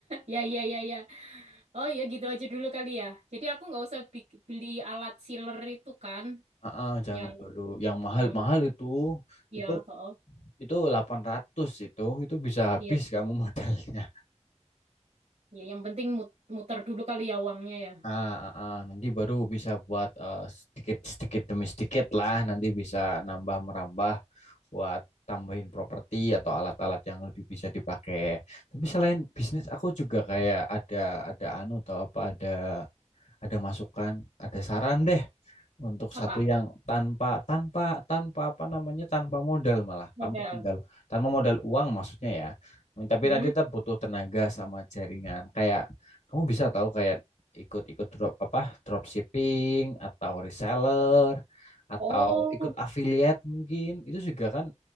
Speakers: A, on the right; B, on the left.
A: ya, ya, ya, ya. Oh, ya gitu aja dulu kali ya. Jadi aku nggak usah bik- beli alat sealer itu kan,
B: Ah, ah, jangan
A: yang
B: dulu. Yang mahal-mahal
A: yang
B: itu
A: ya,
B: itu
A: oh,
B: itu 800 itu itu bisa habis
A: iya sih.
B: kamu modalnya.
A: Ya, yang penting mut- muter dulu kali ya uangnya ya.
B: Ah, ah, ah. nanti baru bisa buat eh, sedikit sedikit demi sedikit lah nanti bisa nambah merambah buat tambahin properti atau alat-alat yang lebih bisa dipakai. Tapi selain bisnis aku juga kayak ada ada anu atau apa ada ada masukan, ada saran deh untuk
A: Apa?
B: satu yang tanpa tanpa tanpa apa namanya tanpa modal malah
A: Modal.
B: kamu tinggal tanpa modal uang maksudnya ya. Tapi
A: Hmm?
B: nanti tetap butuh tenaga sama jaringan. Kayak kamu bisa tahu kayak ikut-ikut drop apa dropshipping atau reseller atau
A: Oh.
B: ikut affiliate mungkin itu juga kan